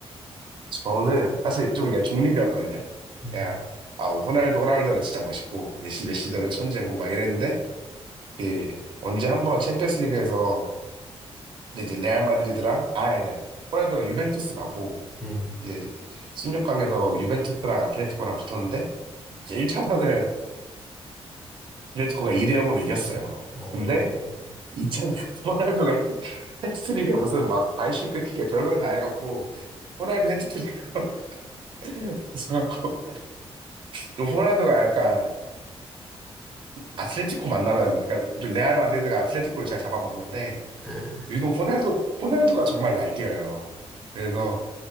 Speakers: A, on the right; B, in the centre.
A: 저는 사실 좀 그냥 중립이었거든요.
B: 음.
A: 그냥, 아, 호날두, 호날두는 진짜 멋있고, 메시, 메시대로 천재고, 막 이랬는데, 그 언제 한 번 챔피언스 리그에서 이제 레알 마드리드랑 아 아니 호날두가 유벤투스 가고
B: 음.
A: 이제 16강에서 유벤투스랑 아tletico랑 붙었는데 이제 1차전을 아틀레티코가 2대 0으로 이겼어요.
B: 어,
A: 근데 2차전 <laughs> 호날두가 해트- 해트트릭에 무슨 막 바이시클 킥에 별걸 다 해갖고 호날두 해트트릭으로 <laughs> 해갖고 좀 호날두가 약간 아틀레티코 만나면 그러니까 좀 레알 마드리드가 아틀레티코를 잘 잡아먹는데
B: 예.
A: 유독 호날두, 호날두가 정말 날뛰어요. 그래서